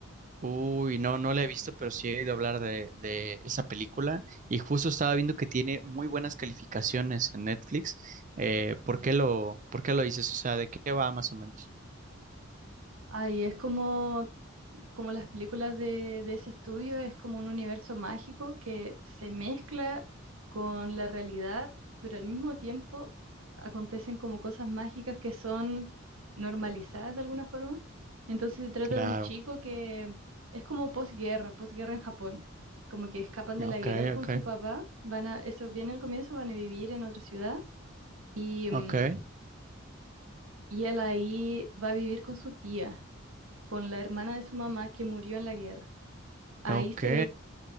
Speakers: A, on the right; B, on the right.
A: Uy, no, no la he visto, pero sí he oído hablar de, de esa película y justo estaba viendo que tiene muy buenas calificaciones en Netflix. Eh, ¿por
B: Mm.
A: qué lo, por qué lo dices? O sea, ¿de qué va más o menos?
B: Ay, es como como las películas de, de ese estudio, es como un universo mágico que se mezcla con la realidad, pero al mismo tiempo acontecen como cosas mágicas que son normalizadas de alguna forma. Entonces se trata
A: Claro,
B: de un chico que es como posguerra, posguerra en Japón, como que escapan de
A: ok,
B: la guerra con
A: ok,
B: su papá, van a, eso viene al comienzo, van a vivir en otra ciudad y, mm,
A: ok.
B: y él ahí va a vivir con su tía, con la hermana de su mamá que murió en la guerra. Ahí
A: Ok,
B: se ve,